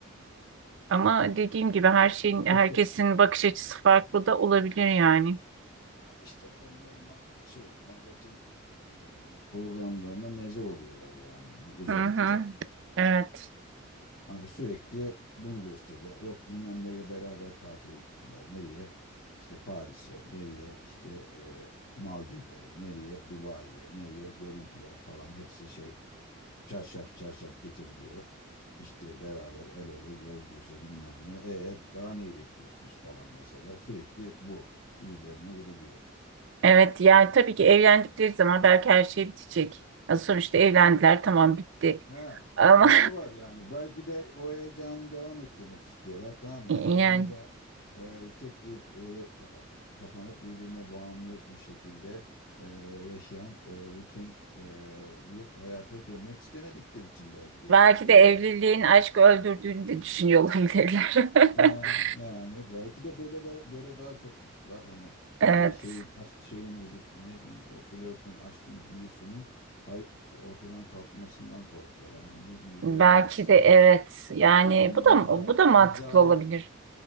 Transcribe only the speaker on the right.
Ama dediğim gibi her şeyin,
herkesin
bakış
açısı farklı da olabilir yani.
Hı hı, evet.
Evet yani tabii ki evlendikleri zaman belki her şey bitecek. Ya sonuçta evlendiler tamam bitti.
Ama
<laughs>
yani
belki
de evliliğin aşkı öldürdüğünü de düşünüyor olabilirler.
<laughs>
Evet.
Belki
de evet. Yani
bu da
bu da mantıklı
olabilir.